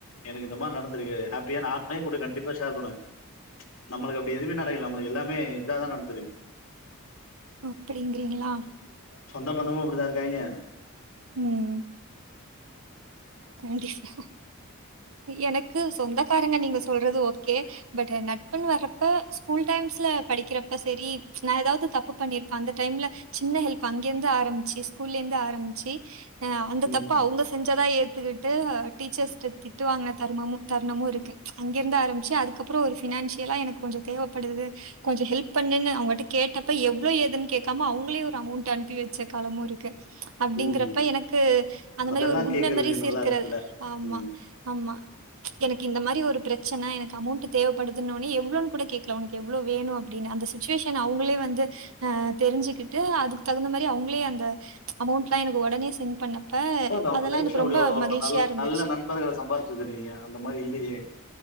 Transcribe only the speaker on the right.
அப்புடிங்கிறீங்களா
ம். கண்டிப்பா எனக்கு சொந்தகாரங்க நீங்க சொல்றது ஓகே பட் நட்புன்னு வர்றப்ப ஸ்கூல் டைம்ஸ்ல படிக்கிறப்ப சேரி நா எதாவ்து தப்பு பண்ணிருப்பே அந்த டைம்ல சின்ன ஹெல்ப் அங்கெந்து ஆரம்மிச்சு ஸ்கூல்லேந்து ஆரம்மிச்சி அ அந்த
தப்ப அவுங்க செஞ் எத்துகிட்டு ஹ டீச்சர்ஸ்ட்ட திட்டு வாங்குன தருமமு தருணமு இருக்கு அங்கெருந்து ஆரம்மிச்சு அதுக்கப்றொ ஒரு ஃபினான்ஷியலா எனக்கு கொஞ்சொ தேவப்படுது கொஞ்ச ஹெல்ப் பண்ணுன்னு அவுங்கட்ட கேட்டப்ப எவ்ளோ ஏதுன் கேக்காம அவுங்களே ஒரு அமௌண்ட் அனுப்பி வச்ச காலமு இருக்கு அப்டிங்கறப்ப
எனக்கு அந்த
மாரி ஒரு
மெமரீஸ்
இருக்குற
ஆமா
ஆமா எனக்கி இந்த மாரி ஒரு பிரச்சன எனக்கு அமௌண்ட்டு தேவப்படுதுன்னோனி எவ்ளொன் கூட கேக்கல ஒனக்கு எவ்ளொ வேணு அப்டின்னு அந்த சுச்சுவேஷன் அவுங்களே வந்து அ தெருஞ்சுக்கிட்டு அதுக்கு தகுந்த மாரி அவுங்களே அந்த அமௌன்ட் ப எனக்கு ஒடனே சென்ட் பண்ணப்ப
அதெல்லாம்
எனக்கு
ரொம்ப மகிழ்ச்சியா
இருந்துச்சு.